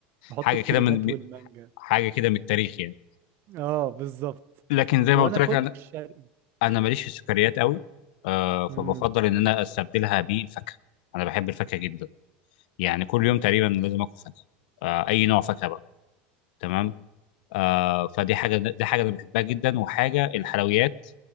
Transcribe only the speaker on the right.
يحطوا
الكريمات
والمانجا
اه بالظبط
وانا
كله
الشرقي
امم